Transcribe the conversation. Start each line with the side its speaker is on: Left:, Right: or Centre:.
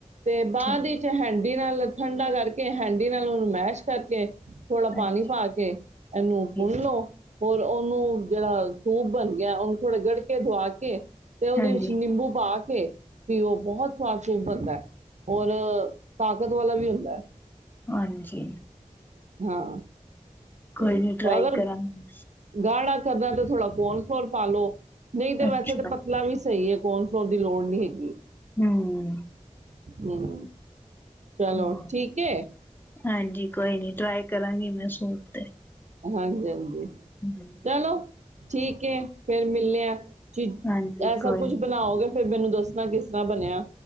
Right: ਤੇ ਬਾਅਦ
Left: ਠੀਕ
Right: ਵਿੱਚ ਚ ਹੰਡ ਹਂਡੀ ਨਾਲ ਠੰਡਾ ਕਰਕੇ ਹੈਂਡੀ ਨਾਲ ਉਹਨੂੰ ਮੈਸ਼ ਕਰਕੇ ਥੋੜ੍ਹਾ ਪਾਣੀ
Left: ਅੱਛਾ
Right: ਪਾ ਕੇ ਇਹਨੂੰ ਭੁੰਨ
Left: ਹਾਂਜੀ।
Right: ਲੋ ਹੋਰ ਉਹਨੂੰ ਜਿਹੜਾ ਸੂਪ ਬਣ ਗਿਆ ਉਹਨੂੰ ਥੋੜਾ ਗੜ ਕੇ ਦਵਾ ਕੇ ਤੇ ਉਹਦੇ
Left: ਹਾਂਜੀ,
Right: ਵਿੱਚ ਨਿੰਬੂ ਪਾਕੇ <unintelligible> ਵੀ ਉਹ ਬਹੁਤ ਸਵਾਦ ਸੂਪ ਬੰਦਾ ਏ। ਹੋਰ ਤਾਕਤ ਵਾਲਾ ਵੀ ਹੁੰਦਾ ਏ।
Left: ਹਾਂਜੀ
Right: ਹਾਂ
Left: ਕੋਈ
Right: ਤੇ
Left: ਨੀ ਟਰਾਈ
Right: ਅਗਰ
Left: ਕਰਾਂਗੇ।
Right: ਗਾੜਾ ਕਰਨਾ ਤੇ ਥੋੜਾ ਕੌਨ ਫਲੋਰ ਪਾ ਲੋ। ਨਹੀਂ ਤੇ
Left: ਅੱਛਾ,
Right: ਵੈਸੇ ਤਾਂ ਪਤਲਾ ਵੀ ਸਹੀ ਹੈ ਕੌਣ ਫੋਉਣ ਦੀ ਲੋੜ ਨਹੀਂ ਹੈਗੀ
Left: ਹਮ
Right: ਹਮ ਚਲੋ
Left: ਹੋਰ
Right: ਠੀਕ ਹੈ
Left: ਹਾਂਜੀ ਕੋਈ ਨੀ ਟਰਾਈ ਕਰਾਂਗੀ ਮੈਂ ਸੂਟ ਤੇ
Right: ਹਾਂਜੀ ਹਾਂਜੀ
Left: ਹੂੰ।
Right: ਚਲੋ ਠੀਕ ਹੈ ਫੇਰ ਮਿਲਲੇਿਆ
Left: ਹਾਂਜੀ
Right: ਇਹ ਸਭ
Left: ਕੋਈ
Right: ਕੁੱਛ
Left: ਨੀ।
Right: ਬਣਾਓਗੇ ਫੇਰ ਮੈਨੂੰ ਦੱਸ ਕਿਸ ਨਾ ਕਿਸ ਤਰ੍ਹਾਂ ਬਣਿਆ